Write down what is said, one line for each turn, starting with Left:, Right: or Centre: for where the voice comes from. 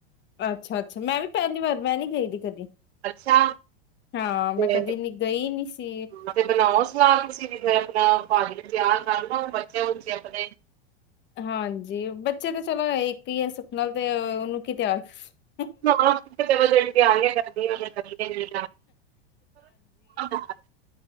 Left: ਅੱਛਾ-ਅੱਛਾ ਮੈਂ ਵੀ ਪਹਿਲੀ ਵਾਰ ਮੈਂ ਨੀ ਗਈ ਦੀ ਕਦੀ
Right: ਅੱਛਾ
Left: ਹਾਂ ਮੈਂ
Right: ਤੇ
Left: ਕਦੀ
Right: ਹਾਂ
Left: ਨੀ ਗਈ ਨੀ ਸੀ
Right: ਤੇ ਬਨਾਵੋ ਸਲਾਹ ਤੁਸੀ ਵੀ ਫੇਰ ਮੈਂ <inaudible> ਤਿਆਰ ਕਰ ਲਓ ਬੱਚੇ ਉਂਜ ਹੀ ਅਪਣੇ
Left: ਹਾਂਜੀ ਬੱਚੇ ਤੇ ਚਲੋ ਇੱਕ ਈ ਹੈ ਸੁਖ ਨਾਲ ਤੇ ਉਹਨੂੰ ਕੀ ਤਿਆਰ ਫ
Right: ਕਿੰਨੇ ਵਜੇ ਉੱਠ ਕਿ ਆ ਗਿਆ ਗਰਮੀ ਹੋਵੇ ਜਾਂ ਸਰਦੀ <inaudible>